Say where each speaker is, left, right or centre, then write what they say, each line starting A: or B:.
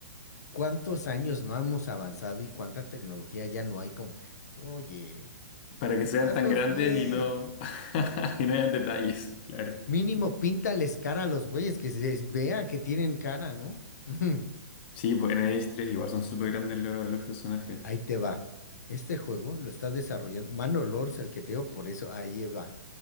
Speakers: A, on the left; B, on the left.
A: ¿cuántos años no hemos avanzado y cuánta tecnología ya no hay? Con... Oye,
B: Para que sean
A: hazlos
B: tan grandes
A: bien.
B: y no, <laughs> y no hayan detalles, claro.
A: Mínimo píntales cara a los güeyes, que se les vea que tienen cara, ¿no? <laughs>
B: Sí, pues en el 3 igual son súper grandes los, los personajes.
A: Ahí te va. Este juego lo está desarrollando Manor Lords, el que te digo, por eso ahí va.